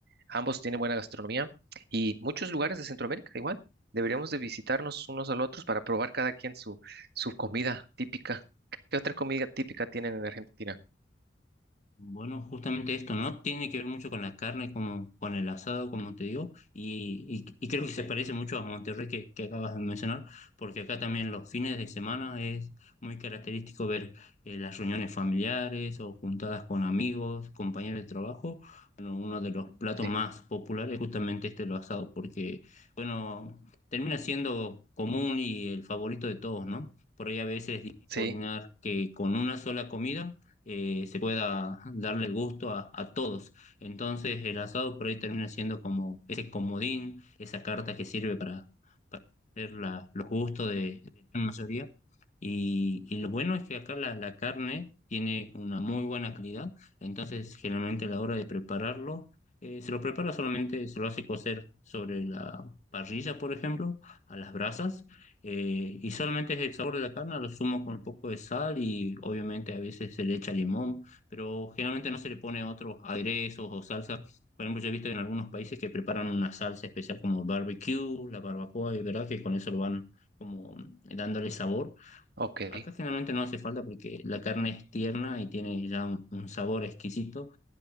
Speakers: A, on the right; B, on the left.
A: Ambos tienen buena gastronomía y muchos lugares de Centroamérica igual. Deberíamos de visitarnos unos a los otros para probar cada quien su, su comida típica. ¿Qué otra comida típica tienen en Argentina?
B: Bueno, justamente esto, ¿no? Tiene que ver mucho con la carne, como con el asado, como te digo, y, y- y creo que se parece mucho a Monterrey que, que acabas de mencionar, porque acá también los fines de semana es muy característico ver eh, las reuniones familiares o juntadas con amigos, compañeros de trabajo. Bueno, uno de los platos
A: Sí,
B: más populares es justamente este, el asado, porque, bueno, termina siendo común y el favorito de todos, ¿no? Por ahí a veces es difícil
A: sí,
B: coordinar que con una sola comida eh, se pueda darle el gusto a, a todos. Entonces el asado por ahí termina siendo como ese comodín, esa carta que sirve para, para hacer la- los gustos de, de la gran mayoría. Y, y lo bueno es que acá la, la carne tiene una muy buena calidad, entonces generalmente a la hora de prepararlo, eh, se lo prepara solamente, se lo hace cocer sobre la parrilla, por ejemplo, a las brasas eh, y solamente es el sabor de la carne, lo sumo con un poco de sal y obviamente a veces se le echa limón, pero generalmente no se le pone otros aderezos o salsa. Por ejemplo, yo he visto en algunos países que preparan una salsa especial como barbecue, la barbacoa, y verdad que con eso lo van como dándole sabor.
A: ok.
B: Acá generalmente no hace falta porque la carne es tierna y tiene ya un un sabor exquisito